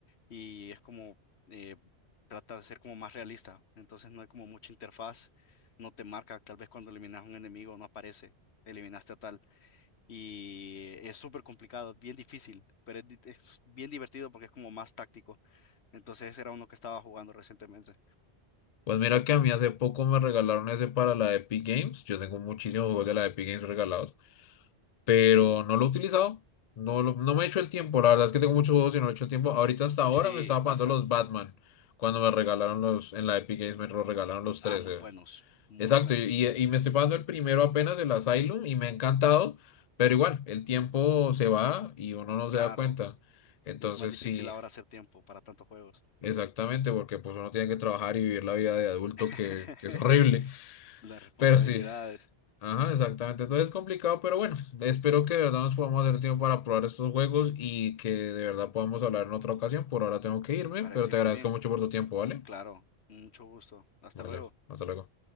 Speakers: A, on the left; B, on the left.
A: y es como, eh, trata de ser como más realista, entonces no hay como mucha interfaz, no te marca, tal vez cuando eliminas a un enemigo no aparece, eliminaste a tal, y es súper complicado, bien difícil, pero es, di- es bien divertido porque es como más táctico. Entonces ese era uno que estaba jugando recientemente.
B: Pues mira que a mí hace poco me regalaron ese para la Epic Games. Yo tengo muchísimos juegos de la Epic Games regalados, pero no lo he utilizado. No, lo- no me he hecho el tiempo. La verdad es que tengo muchos juegos y no he hecho el tiempo. Ahorita hasta ahora
A: Sí,
B: me estaba
A: pasa.
B: pagando los Batman. Cuando me regalaron los, en la Epic Games me los regalaron los
A: Ah,
B: 13.
A: muy buenos, muy
B: Exacto,
A: buenos.
B: y, y me estoy pasando el primero apenas, el Asylum, y me ha encantado, pero igual, el tiempo se va y uno no se
A: Claro,
B: da cuenta. Entonces
A: es más difícil
B: sí,
A: ahora hacer tiempo para tantos juegos.
B: exactamente, porque pues uno tiene que trabajar y vivir la vida de adulto
A: <laughs>
B: que, que es horrible, <laughs>
A: Las responsabilidades.
B: pero sí, ajá, exactamente. Entonces es complicado, pero bueno, espero que de verdad nos podamos hacer tiempo para probar estos juegos y que de verdad podamos hablar en otra ocasión. Por ahora tengo que irme,
A: Me parece
B: pero te
A: muy
B: agradezco
A: bien.
B: mucho por tu tiempo, ¿vale?
A: Claro, mucho gusto. Hasta
B: Vale,
A: luego.
B: hasta luego.